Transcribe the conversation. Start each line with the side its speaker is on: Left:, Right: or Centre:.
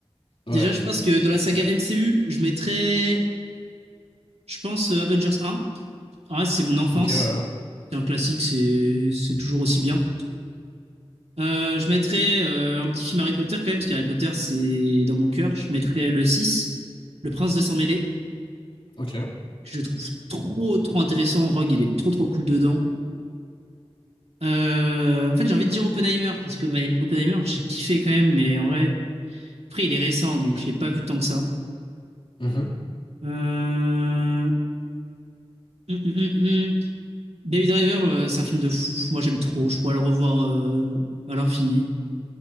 Left: Ouais.
Right: déjà, je pense que dans la saga MCU, je mettrais, je pense, euh, Avengers un. Ah ouais, c'est mon enfance.
Left: Ok, ouais. hein.
Right: C'est un classique, c'est c'est toujours aussi bien. Euh, je mettrais euh, un petit film Harry Potter quand même, parce qu'Harry Potter, c'est dans mon cœur. Je mettrais le 6, Le Prince de Sang-Mêlé.
Left: Ok.
Right: que je trouve trop, trop intéressant. Rogue, il est trop, trop cool dedans. Euh, en fait, j'ai envie de dire Oppenheimer, parce que bah, Oppenheimer, j'ai kiffé quand même, mais en vrai, après, il est récent, donc je l'ai pas vu tant que ça.
Left: Mhm.
Right: Euh... hum, hum, hum, hum. Baby Driver, euh, c'est un film de fou. Moi, j'aime trop. Je pourrais le revoir euh, à l'infini.